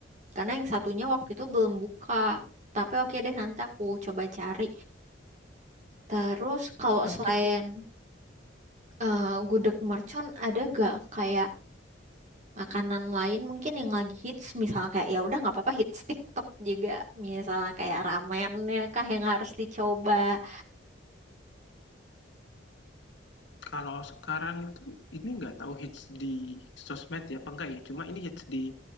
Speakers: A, on the right; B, on the left.
A: Karena yang satunya waktu itu belum buka. Tapi oke deh nanti aku coba cari. Terus kalau
B: Oke
A: selain
B: oke.
A: eh gudeg mercon ada gak kayak makanan lain mungkin yang lagi hits misal kayak ya udah nggak apa-apa hits TikTok juga misalnya kayak ramennya kah yang harus dicoba
B: Kalau sekarang itu ini nggak tahu hits di sosmed ya apa enggak ya, cuma ini hits di